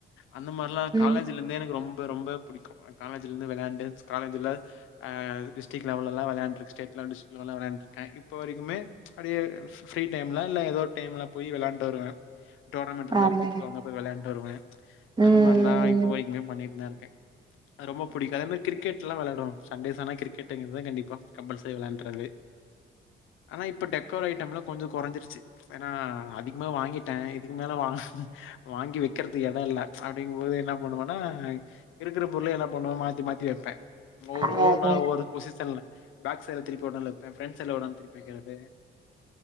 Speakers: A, on the left; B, on the right.
A: அந்த மாரிலா காலேஜ்ல
B: ம்
A: இருந்தே எனக்கு ரொம்ப ரொம்ப புடிக்கு காலேஜ்ல இருந்து வெளாண்டு காலேஜ்ல ஆ டிஸ்டிக் லெவல்லா வெளாண்ட்ருக்கு ஸ்டேட் லெவல் ஸ்டிக்லெவல்ளா வெளாண்டுருக்கே இப்ப வரைக்குமே அப்டியே ஃப்ரீ டைம்ல இல்ல ஏதோ டைம்ல போய் வெளாண்டு வருவே டோர்னமெண்ட் இருந்தா
B: அதே
A: கூப்ட்டுவாங்க போய் வெளாண்டு வருவே
B: ம்
A: அந்த மாரிலா இப்போ வரைக்குமே பண்ணிட்டு தா இருக்கே அது ரொம்ப புடிக்கு அதே மாரி கிரிக்கெட்லா வெளையாடுவே சண்டேஸ் ஆனா கிரிக்கெட்டுங்குறது கண்டிப்பா கம்பல்செரி வெளாண்றது ஆனா இப்ப டெக்கோர் ஐட்டம்லா கொஞ்சோ குறஞ்சிருச்சு ஏனா அதிகமா வாங்கிட்டே இதுக்கு மேல வாங் வாங்கி வக்கிறதுக்கு எட இல்ல அப்டிங்கும்போது என்னா பண்ணுவனா இருக்குற பொருள் என்ன பண்ணு மாத்தி மாத்தி வப்பே ஒ
B: அடடா
A: ஒவ்வொரு நா ஒவ்வொரு பொஷிசன்ல பேக் சைல திருப்பி <unintelligible> ஏ ஃப்ரெண்ட்ஸ் எல்ல ஓட திருப்பி வக்கிறது